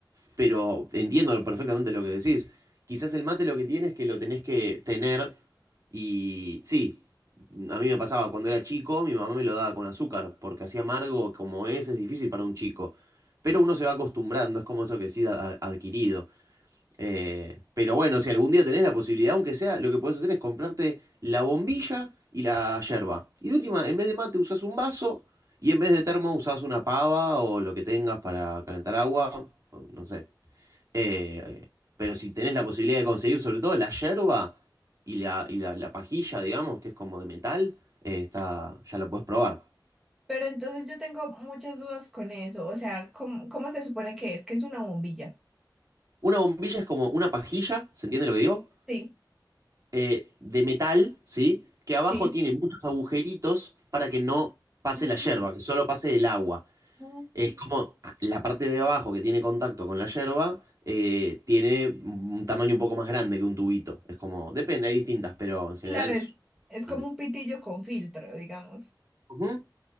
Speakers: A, on the right (about 45°); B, in the centre.
A: pero entiendo perfectamente lo que decís. Quizás el mate lo que tiene es que lo tenés que tener y sí, a mí me pasaba cuando era chico, mi mamá me lo daba con azúcar, porque así amargo como es, es difícil para un chico. Pero uno se va acostumbrando, es como eso que sí ha- adquirido. Eh, pero bueno, si algún día tenés la posibilidad, aunque sea, lo que podés hacer es comprarte la bombilla y la yerba. Y de última, en vez de mate usás un vaso y en vez de termo usás una pava o lo que tengas para calentar agua, o no sé. Eh, pero si tenés la posibilidad de conseguir sobre todo la yerba y la, y la, la pajilla, digamos, que es como de metal, eh, está, ya la podés probar.
B: Pero entonces yo tengo muchas dudas con eso, o sea, ¿cómo, cómo se supone que es? Que es una bombilla.
A: Una bombilla es como una pajilla, ¿se entiende lo que digo?
B: Sí,
A: Eh, de metal, ¿sí? Que abajo
B: sí.
A: tiene muchos agujeritos para que no pase
B: Ah.
A: la yerba, que solo pase el agua.
B: Mm.
A: Es como ah, la parte de abajo que tiene contacto con la yerba, eh, tiene un tamaño un poco más grande que un tubito. Es como, depende, hay distintas, pero en general
B: Claro,
A: es...
B: es, es
A: grande.
B: como un pitillo con filtro, digamos.
A: Ujú.